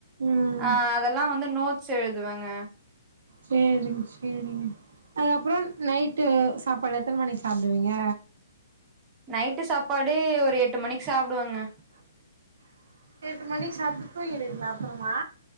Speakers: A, on the right; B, on the right.
A: ம்
B: ஆ அதெல்லா வந்து நோட்ஸ் எழுதுவங்க
A: சேரிங்க சேரிங்க அதுக்கப்பறோ நைட்டு சாப்பாடு எத்தனை மணிக்கு சாப்டுவீங்க
B: நைட்டு சாப்பாடு ஒரு எட்டு மணிக்கு சாப்புடுவங்க
A: அ எட்டு மணிக்கு சாப்பிட்டு தூங்கிடுங்க அப்பறமா